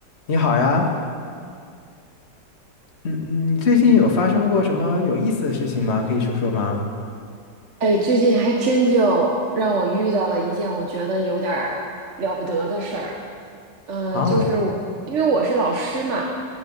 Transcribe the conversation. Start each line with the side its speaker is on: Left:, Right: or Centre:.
Left: 你好呀，嗯嗯，最近有发生过什么有意思的事情吗？可以说说吗？
Right: 哎，最近还真就让我遇到了一件我觉得有点儿了不得的事儿。嗯，
Left: 哦，
Right: 就是我因为我是老师嘛，